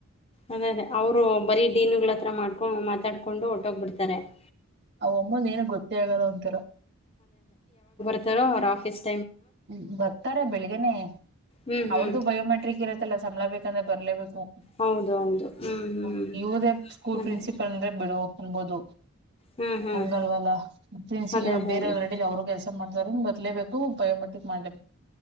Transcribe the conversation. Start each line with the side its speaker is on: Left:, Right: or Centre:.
Left: ಅದೇ, ಅದೇ, ಅವರು, ಬರೀ ಡೀನುಗಳತ್ರ ಮಾಡ. <inaudible> ಹು, ಮಾತಾಡ್ಕೊಂಡು, ಓಟೋಗ್ಬಿಡ್ತಾರೆ. <inaudible>
Right: ಅವಮ್ಮವಂದು, ಏನು, ಗೊತ್ತೆ, ಆಗಲ್ಲ, ಓನುತ್ರಾ. <inaudible>
Left: ಅದೇಲು, ಆಫಿಸ್. <inaudible>
Right: ಹ್ಮ್ ಬರ್ತಾರೆ ಬೆಳಗನೆೇ
Left: ಹ್ಮ್ ಹ್ಮ್
Right: ಅವ್ರದು ಬಯೋಮೆಟ್ರಿಕ್, ಇರತ್ತಲ್ಲ, ಸ್ಮಬಲಾ, ಬೇಕವಾಂದ್ರೆ, ಬರಲೇಬೇಕು.
Left: ಹೌದು ಹೌದು
Right: <inaudible>
Left: ಹ್ಮ್ ಹ್ಮ್
Right: ಇವುದೇ, ಸ್ಕೂಲ್!
Left: ಅದೇ
Right: ಪ್ರಿನ್ಸಿಪಲ್ ಅಂದ್ರೆ ಬಿಡು ಅನ್ಬೋದು. <inaudible>
Left: ಹ್ಮ್ ಹ್ಮ್
Right: ಅಂಗಲ್ವಲ, ಪ್ರಿನ್ಸಿ
Left: ಅದೇ ಅದೇ
Right: ಬೇರೆಯವರುಡ್ಡಿಲಿ!
Left: ಅದೇ
Right: ಅವರು ಕೆಲ್ಸ, ಮಾಡ್ತಾರೆ, ಬಟ್ಟು. <inaudible> ಇಟ್ಲೇಬೇಕು, ಬಯೋಮೆಟ್ರಿಕ್, ಮಾಡ್ಲೇಬೇಕು. <inaudible>